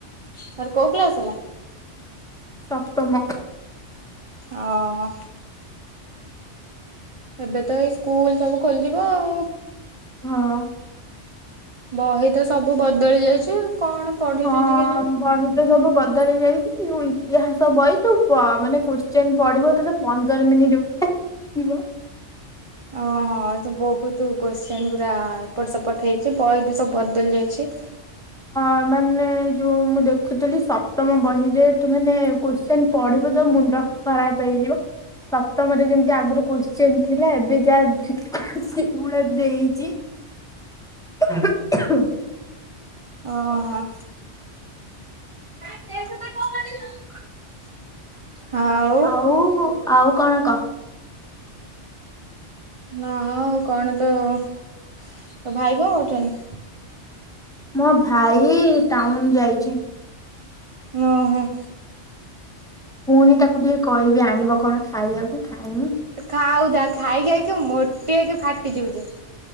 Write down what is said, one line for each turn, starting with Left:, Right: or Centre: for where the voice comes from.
Right: ତାର କୋଉ କ୍ଲାସ ହେଲା।
Centre: ସପ୍ତମ।
Right: ଓହୋ। ଏବେ ତ ଏଇ ସ୍କୁଲ ସବୁ ଖୋଲିଯିବ ଆଉ।
Centre: ହଁ।
Right: ବହି ତ ସବୁ ବଦଳି ଯାଇଚି ଆଉ କଣ। ପଢୁଛନ୍ତି
Centre: ହଁ
Right: କେଜାଣି?
Centre: ବହି ତ ସବୁ ବଦଳି ଯାଇଚି ଇତିହାସ ବହି ତୁ ପ ମାନେ କୋଶ୍ଚେନ୍ ପଢିବ ତ ପନ୍ଦର ମିନିଟ <unintelligible> ଯିବ।।
Right: ଓଃ ହୋ। ହଁ ବହୁତ କୋଶ୍ଚେନ ପୁରା ଏପଟ ସେପଟ ହେଇଚି ବହି ବି ସବୁ ବଦଳି ଯାଇଛି।
Centre: ହ ମାନେ ଯୋଉ ମୁଁ ଦେଖୁଥିଲି ସପ୍ତମ ବହିରେ ତୁ ମାନେ କଶ୍ଚେନ ପଢିବ ତ ମୁଣ୍ଡ ଖରାପ ହେଇଯିବ। ସପ୍ତମରେ ଯେମିତି ଆଗରୁ କୋଶ୍ଚେନ ଥିଲା ଏବେ ଯାହା <unintelligible> ଦେଇଚି। <unintelligible>
Right: ଓଃ ହୋ। <unintelligible> ହଉ।
Centre: ଆଉ ହଉ ଆଉ କଣ କହ।
Right: ନା ଆଉ କଣ ତ ଭାଇ କଣ କରୁଚନ୍ତି।
Centre: ମୋ ଭାଇ ଟାଉନ ଯାଇଚି।
Right: ଓଃ ହୋ।
Centre: ପୁଣିି ତାକୁ ଟିକେ କହିବି ଆଣିବ କଣ ଖାଇବାକୁ ଖାଇମି।
Right: ଖାଉଥା ଖାଇ ଖାଇକି ମୋଟି ହେଇକି ଫାଟି ଯିବୁ ଯେ।